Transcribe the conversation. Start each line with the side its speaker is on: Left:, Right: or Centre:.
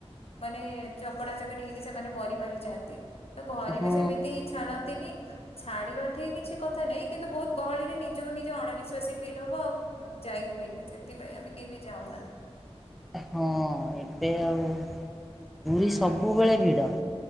Left: ମାନେ ଚକଡା ଚକଡି ହେଇକି ସେମାନେ ମରି ମାରି ଯାଆନ୍ତି। ତ ଘରେ
Centre: ହଁ
Left: ବି ସେମିତି ଛାଡତିନି। ଛାଡିବା ଠିକ କିଛି କଥା ନାହିଁ କିନ୍ତୁ ବହୁତ ଗହଳିରେ ନିଜକୁ ନିଜେ ଅଣନିଶ୍ୱାସୀ ଫିଲ୍ ହବ ଆଉ ଯାଇ ହୁଏନି ସେଥିପାଇଁ ଆମେ କେହି ବି ଯାଉନା।
Centre: ହଁ ଏବେ ଆଉ ପୁରୀ
Left: ହୁଁ।
Centre: ସବୁବେଳେ ଭିଡ।